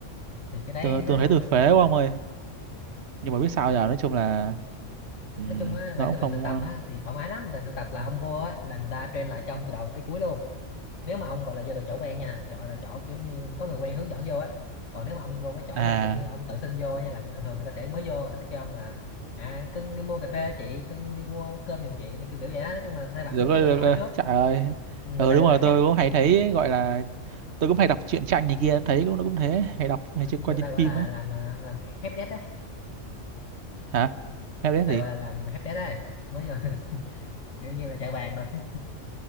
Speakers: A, on the left; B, on the right.
A: thì cái đấy
B: tôi
A: nó
B: tôi thấy tôi phế quá ông ơi. Nhưng mà biết sao giờ nói chung là ừm,
A: nói chung á
B: nó
A: về
B: cũng
A: cái
B: không
A: việc thực tập
B: ờ,
A: á thì thoải mái lắm tại thực tập là
B: ừm.
A: ông vô á là người ta train lại cho ông từ đầu tới cuối luôn nếu mà ông gọi là vô được chỗ quen nha chỗ là chỗ kiểu như có người quen hướng dẫn vô á còn nếu mà ông vô cái chỗ
B: à
A: mà kiểu như ông tự xin vô á nha là thường thường người ta sẽ mới vô người ta sẽ kêu ông là à cưng đi mua cà phê chị cưng đi mua cơm giùm chị này kiểu kiểu vậy đó nói chung là sai vặt
B: được
A: mấy
B: rồi,
A: cái
B: được
A: nhỏ nhỏ
B: rồi.
A: trước
B: Trời ơi.
A: Ừ, người
B: Ừ
A: ta
B: đúng
A: gọi
B: rồi,
A: là
B: tôi
A: hép
B: cũng hay
A: ừ.
B: thấy ấy, gọi là tôi cũng hay đọc truyện tranh này kia, thấy cũng nó cũng thế, hay đọc hay
A: người
B: coi trên
A: ta
B: phim
A: gọi là
B: ấy.
A: làm à, làm hép đét á
B: Hả? Theo đấy
A: người ta
B: gì?
A: gọi là làm hép đét đấy mới vô <laughs> kiểu như là chạy bàn rồi <laughs>